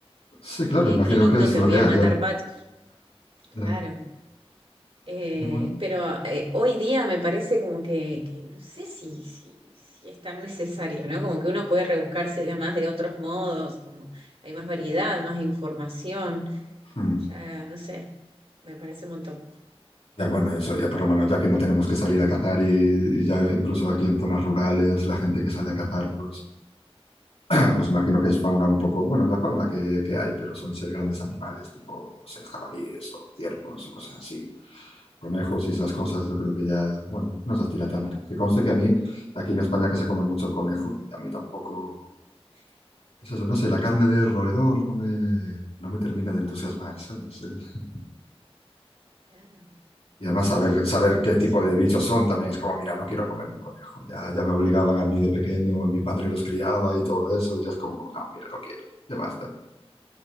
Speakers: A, on the left; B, on the right.
A: sí, claro,
B: qué,
A: imagino
B: qué lindo
A: que es
B: que
A: lo
B: voy
A: que
B: a
A: haya.
B: matar patos. Claro.
A: Ya,
B: Eh,
A: ya, bueno.
B: pero eh, hoy día me parece como que, que no sé si, si, si es tan necesario, ¿no? Como que uno puede rebuscársela más de otros modos, como hay más variedad, más información,
A: mm.
B: ya no sé, me parece un montón.
A: Ya bueno, eso ya por lo menos, ya que no tenemos que salir a cazar y, y ya incluso aquí en zonas rurales, la gente que sale a cazar, pues, <clears throat> pues imagino que es fauna un poco, bueno, la fauna que, que hay, pero son ser grandes animales, tipo, no sé, jabalíes o ciervos o cosas así, conejos y esas cosas, yo creo que ya, bueno, no se estila tanto. Que conste que a mí, aquí en España que se come mucho conejo, a mí tampoco, es eso, no sé, la carne de roedor no me, no me termina de entusiasmar, ¿sabes? Eh,
B: Claro,
A: Y además
B: sí,
A: saber,
B: sí,
A: saber qué
B: no
A: tipo
B: sé.
A: de bichos son también es como, mira, no quiero comer un conejo. Ya, ya me obligaban a mí de pequeño, mi padre los criaba y todo eso, y ya es como, no, mira, no quiero, ya basta.